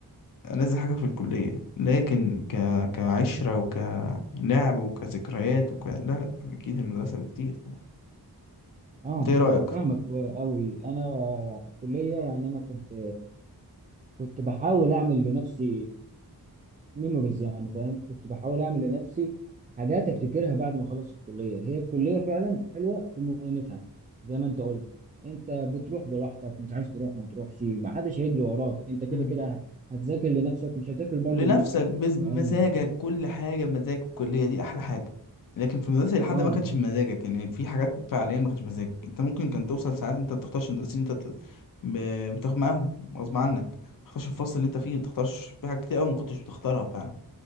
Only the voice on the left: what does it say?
ألذ حاجة في الكلية لكن ك... كعشرة وكلعب وكذكريات وك... لا لا أكيد المدرسة بكتير طبعا
انت ايه رأيك
مم.
لنفسك
بز- بمزاجك
كل حاجة بمزاجك الكلية دي أحلى حاجة لكن في المدرسة لحد
ما كانتش بمزاجك يعني في حاجات فعليا ما كانتش بمزاجك انت ممكن كان توصل ساعات انت ما بتختارش المدرسين اللي انت بت- ب- بتاخد معاهم غصب عنك ما بتختارش الفصل اللي انت فيه ما بتختارش في حاجات كتير قوي ما كنتش بتختارها فعلا